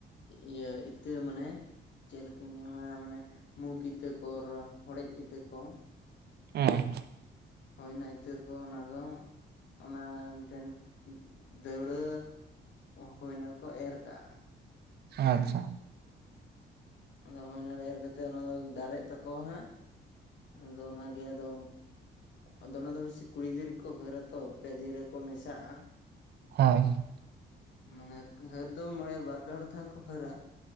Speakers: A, on the left; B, on the right.
A: ᱤᱭᱟᱹ ᱤᱛᱟᱹ ᱢᱟᱱᱮ ᱪᱮᱫ ᱞᱮᱠᱟ ᱧᱟᱢᱟ ᱢᱟᱱᱮ ᱢᱩᱜᱽ ᱤᱛᱟᱹ ᱠᱚ ᱦᱚᱲᱮᱡ ᱤᱛᱟᱹ ᱠᱚ
B: <unintelligible>
A: ᱦᱳᱭ ᱚᱱᱟ ᱤᱛᱟᱹ ᱠᱚ ᱚᱱᱟ ᱫᱚ ᱚᱱᱟ ᱢᱤᱫᱴᱮᱱ ᱫᱟᱹᱣᱲᱟᱹ ᱦᱳᱭ ᱚᱱᱟ ᱠᱚ ᱮᱨ ᱠᱟᱜᱼᱟ
B: ᱟᱪᱪᱷᱟ
A: ᱟᱫᱚ ᱦᱳᱭ ᱚᱱᱟᱨᱮ ᱠᱟᱛᱮ ᱚᱱᱟ ᱫᱚ ᱫᱟᱨᱮᱜ ᱛᱟᱠᱚᱣᱟ ᱦᱟᱸᱜ ᱟᱫᱚ ᱚᱱᱟᱜᱮ ᱟᱫᱚ ᱟᱫᱚ ᱚᱱᱟ ᱫᱚ ᱵᱤᱥᱤ ᱠᱩᱲᱤ ᱜᱤᱫᱽᱨᱟᱹ ᱜᱮᱠᱚ ᱦᱟᱹᱨ ᱟᱛᱚ ᱯᱮ ᱫᱤᱱ ᱨᱮᱠᱚ ᱢᱮᱥᱟᱜᱼᱟ᱾
B: ᱦᱳᱭ
A: ᱢᱟᱱᱮ ᱦᱟᱹᱨ ᱫᱚ ᱢᱚᱬᱮ ᱵᱟᱨ ᱯᱮ ᱦᱚᱲ ᱛᱮᱦᱚᱸ ᱠᱚ ᱦᱟᱹᱨᱟ